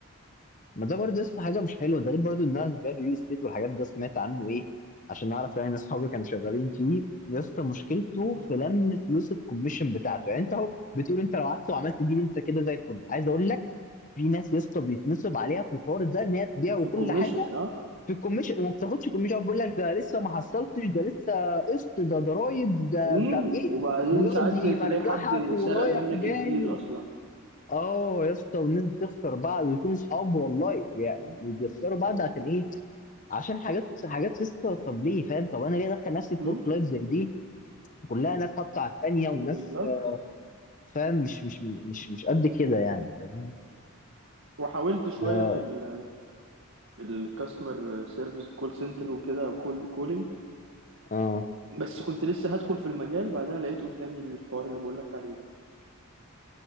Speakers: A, on the left; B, on the right.
A: ما ده برضه لسه حاجه مش حلوه ده غير برضه ان انا المجال الريل استيت والحاجات ده سمعت عنه ايه عشان اعرف يعني ناس صحابي كانوا شغالين فيه يا اسطى مشكلته في
B: مم.
A: لم فلوس الكوميشن بتاعته يعني انت اهو بتقول انت لو قعدت وعملت دي انت كده زي الفل عايز اقول لك في ناس يا اسطى بيتنصب عليها في الحوار ده ان هي تبيع وكل
B: في الكوميشنز
A: حاجه
B: اه
A: في الكوميشن وما بتاخدش كوميشن بيقول لك ده لسه ما حصلتش ده لسه قسط ده ضرايب ده
B: امم
A: مش عارف ايه
B: وبعدين
A: ويقعد
B: ساعات
A: يمرجحك
B: تلاقي حد
A: ورايح
B: سرق منك
A: جاي
B: الديل اصلا
A: اه يا اسطى والناس بتخسر بعض ويكونوا صحاب والله ويعني
B: امم
A: وبيخسروا بعض عشان ايه عشان حاجات حاجات يا اسطى طب ليه فاهم طب انا ليه ادخل نفسي في
B: امم
A: ورك لايف زي دي كلها ناس حاطه على التانيه وناس
B: بالظبط
A: آه، فاهم مش مش مش مش قد كده يعني فاهم
B: وحاولت شويه
A: اه
B: في ال الكاستمر سيرفيس كول سنتر وكده او كولد كولينج
A: اه
B: بس كنت لسه هدخل في المجال بعدها لقيت قدامي الحوار اللي بقول لك عليه ده